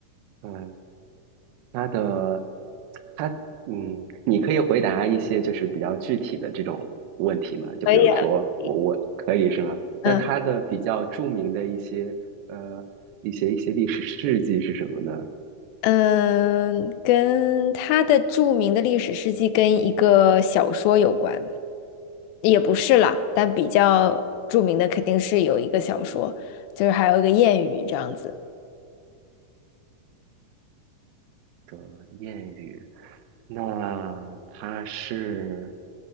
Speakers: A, on the right; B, on the left.
A: 嗯，它的，它，嗯，你可以回答一些就是比较具体的这种问题吗？就比如说我我可以是吗？
B: 可以啊，可以嗯
A: 那它的比较著名的一些呃一些一些历史事迹是什么呢？
B: 嗯，跟他的著名的历史事迹跟一个小说有关。也不是啦，但比较著名的肯定是有一个小说，就是还有一个谚语这样子。
A: 的谚语，那它是